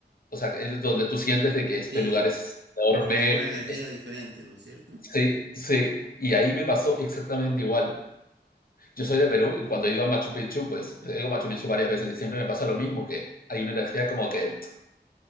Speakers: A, on the left (about 55°); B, on the right (about 80°).
A: o sea, es donde tú sientes de que este
B: Sí,
A: lugar es enorme,
B: como una energía
A: es-
B: diferente, ¿no es cierto?
A: sí, sí, y ahí me pasó exactamente igual. Yo
B: Mm.
A: soy de Perú y cuando he ido a Machu Picchu, pues he ido a Machu Picchu varias veces y siempre me pasa lo mismo, que hay una energía como que